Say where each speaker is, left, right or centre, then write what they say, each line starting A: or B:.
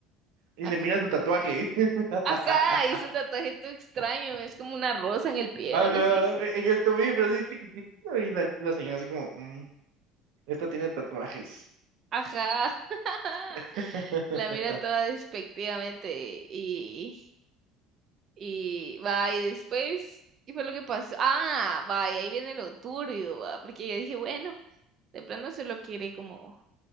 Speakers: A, on the right; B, on the right.
A: y
B: Aj-
A: le mira su tatuaje. <laughs>
B: Ajá, hizo un tatuaje todo extraño, es como una rosa en el pie
A: Ajá,
B: o algo así.
A: en el tobillo, pero así chiquitito. Y la, la señora así como, mm, Esta tiene tatuajes.
B: Ajá. <laughs>
A: <laughs>
B: La mira toda despectivamente y, Y va, y después, ¿qué fue lo que pasó? Ah, va, y ahí viene lo turbio, va, porque yo dije, bueno, de plano solo quiere como,